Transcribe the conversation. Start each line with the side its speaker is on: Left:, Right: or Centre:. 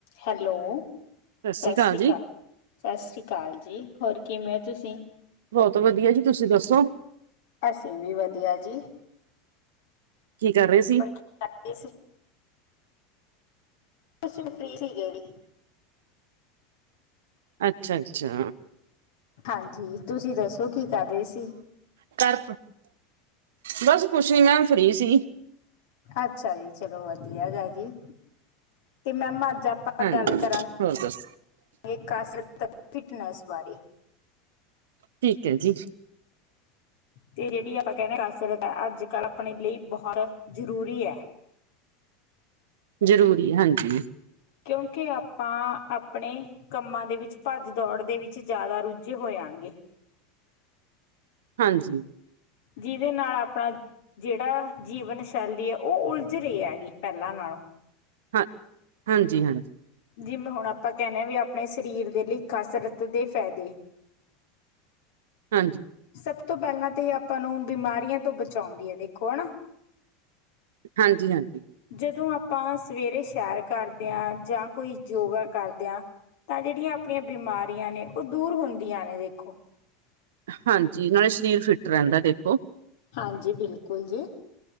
Left: Hello,
Right: ਸਤਿ ਸ੍ਰੀ
Left: ਸਾਸਰੀ
Right: ਅਕਾਲ ਜੀ,
Left: ਕਾਲ। ਸੱਸਰੀ ਕਾਲ ਜੀ, ਹੋਰ ਕਿਵੇਂ ਹੋ ਤੁਸੀ?
Right: ਬਹੁਤ ਵਧੀਆ ਜੀ। ਤੁਸੀਂ ਦੱਸੋ?
Left: ਅਸੀਂ ਵੀ ਵਧੀਆ ਜੀ।
Right: ਕੀ ਕਰ ਰਹੇ ਸੀ?
Left: ਪੈ ਗਏ ਸੀ। ਅਸੀਂ ਫ੍ਰੀ ਸੀ ਗਏ ਜੀ।
Right: ਅੱਛਾ -ਅੱਛਾ।
Left: ਹਾਂਜੀ, ਤੁਸੀਂ ਦੱਸੋ ਕੀ ਕਰ ਰਹੇ ਸੀ?
Right: ਕਰ ਬਸ ਕੁੱਛ ਨੀ ਮੈਮ ਫਰੀ ਸੀ।
Left: ਅੱਛਾ ਜੀ ਚਲੋ ਵਧੀਆਗਾ ਜੀ, ਮੈਮ ਅੱਜ ਅਪ ਆਪਾਂ
Right: ਹਾਂਜੀ,
Left: ਗੱਲ ਕਰਾਂਗੇ
Right: ਹੋਰ ਦੱਸੋ
Left: ਕੇ ਕਸਰਤ ਫਿਟਨੈਸ ਬਾਰੇ।
Right: ਠੀਕ ਏ ਜੀ।
Left: ਤੇ ਜਿਹੜੀ ਆਪਾਂ ਕਹਿੰਨੇ ਕਸਰਤ ਆ ਅੱਜ- ਕੱਲ੍ਹ ਆਪਣੇ ਲਈ ਬਹੁਤ ਜਰੂਰੀ ਏ।
Right: ਜ਼ਰੂਰੀ ਹਾਂਜੀ।
Left: ਕਿਉਂਕਿ ਆਪਾਂ ਆਪਣੇ ਕੰਮਾਂ ਦੇ ਵਿੱਚ ਭੱਜ ਦੌੜ ਦੇ ਵਿੱਚ ਜ਼ਿਆਦਾ ਰੁੱਝੇ ਹੋਆਗੇ।
Right: ਹਾਂਜੀ।
Left: ਜਿਹਦੇ ਨਾਲ ਆਪਾਂ ਜਿਹੜਾ ਜੀਵਨ ਸ਼ੈਲੀ ਆ ਉਹ ਉਲਝ ਰਹੀ ਆ ਗੀ, ਪਹਿਲਾਂ ਨਾਲੋਂ।
Right: ਹਾਂ, ਹਾਂਜੀ -ਹਾਂਜੀ।
Left: ਜਿਵੇ ਹੁਣ ਆਪਾਂ ਕਹਿੰਣੇ ਆ ਵੀ ਆਪਣੇ ਸਰੀਰ ਦੇ ਲਈ ਕਸਰਤ ਦੇ ਫਾਇਦੇ।
Right: ਹਾਂਜੀ
Left: ਸਭ ਤੋਂ ਪਹਿਲਾਂ ਤੇ ਇਹ ਆਪਾਂ ਨੂੰ ਬਿਮਾਰੀਆਂ ਤੋਂ ਬਚਾਉਂਦੀ ਹੈ। ਦੇਖੋ ਹਨਾ।
Right: ਹਾਂਜੀ- ਹਾਂਜੀ।
Left: ਜਦੋਂ ਆਪਾਂ ਸਵੇਰੇ ਸੈਰ ਕਰਦੇ ਆ, ਜਾਂ ਕੋਈ ਯੋਗਾ ਕਰਦੇ ਆ ਤਾਂ ਜਿਹੜੀਆਂ ਆਪਣੀਆਂ ਬਿਮਾਰੀਆਂ ਨੇ ਉਹ ਦੂਰ ਹੁੰਦੀਆਂ ਨੇ ਦੇਖੋ।
Right: ਹਾਂਜੀ, ਨਾਲੇ ਸਰੀਰ ਫਿੱਟ ਰਹਿੰਦਾ ਦੇਖੋ।
Left: ਹਾਂਜੀ, ਬਿਲਕੁਲ ਜੀ।